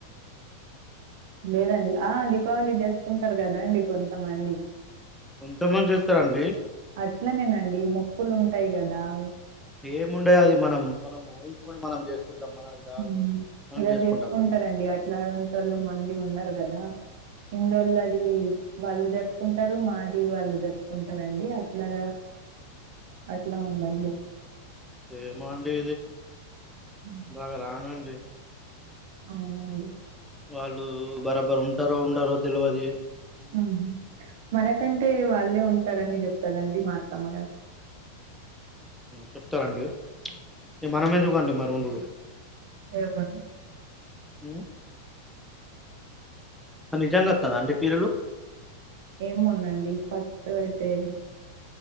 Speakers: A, on the right (about 50°); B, in the centre.
A: లేదండి ఆ దీపావలి చేస్ ఉంటరు కదండి కొంతమంది
B: కొంతమంది చేస్తాండి
A: అట్లనేనండీ మొక్కులుంటయి గదావ్
B: ఏముండయా అది మనం మనం ఊహించుకొని మనం చేసుకుంటాం మనది కా
A: మ్
B: మనం
A: ఇలా
B: చేసుకుంటామండి
A: చేస్కుంటరండి అట్లాంటోల్లు మంది ఉన్నారు గదా హిందోల్లదీ వాళ్ళు జరుపుకుంటారు మాదివి వాళ్ళు జరుపుకుంటారంండి అట్లాగా అట్లా ఉందండి.
B: ఏమో అండి
A: హ్మ్.
B: బాగా రాంగండి
A: అవునండి
B: వాళ్ళు బరాబరు ఉంటారో ఉండారో తెల్వది
A: హుహు. మనకంటే వాళ్ళే ఉంటారని చెప్తదండి మా అత్తమ్మగారు
B: చెప్తారండి ఇ మనం ఎందుకు అండి మరి ఉండుడు
A: ఎమోండి
B: ఆ అ నిజంగాత్తద అంటే పిరలు
A: ఏమోనండి ఫస్ట్ అయితే